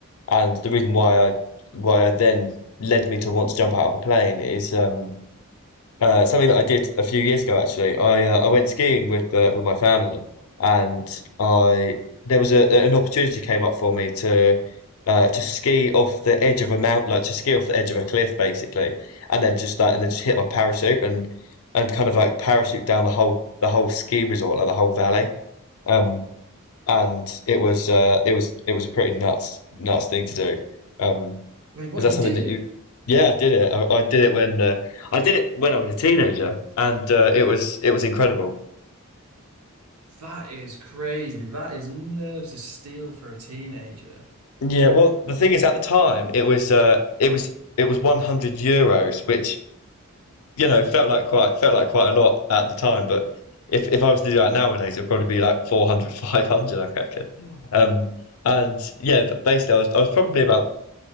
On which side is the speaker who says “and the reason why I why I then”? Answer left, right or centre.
Left